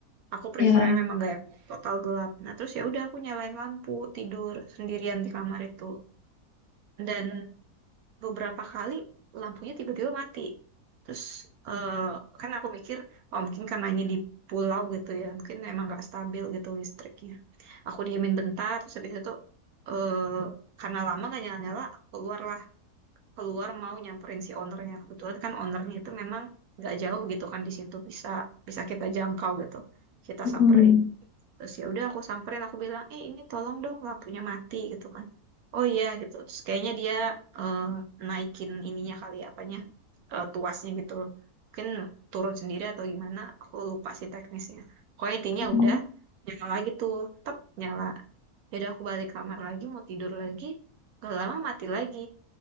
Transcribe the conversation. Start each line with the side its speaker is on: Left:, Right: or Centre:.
Right: Aku prefernya
Left: Ya,
Right: memang gak yang total gelap. Nah, terus ya udah aku nyalain lampu tidur sendirian di kamar itu. Dan beberapa kali lampunya tiba-tiba mati. Terus eh, kan aku mikir, oh mungkin karena ini di pulau gitu ya, mungkin emang gak stabil gitu listriknya. Aku diamin bentar, terus habis itu eh, karena lama gak nyala-nyala, aku keluar lah. Keluar mau nyamperin si ownernya. Kebetulan kan ownernya itu memang gak jauh gitu kan di situ bisa bisa kita jangkau gitu. Kita samperin
Left: Mm.
Right: terus ya udah aku samperin aku bilang eh ini tolong dong lampunya mati gitu kan oh iya gitu terus kayaknya dia eh, naikin ininya kali apanya eh, tuasnya gitu loh mungkin turun sendiri atau gimana aku lupa sih teknisnya pokoknya intinya
Left: Mm.
Right: udah nyala lagi tuh tep nyala jadi aku balik kamar lagi mau tidur lagi gak lama mati lagi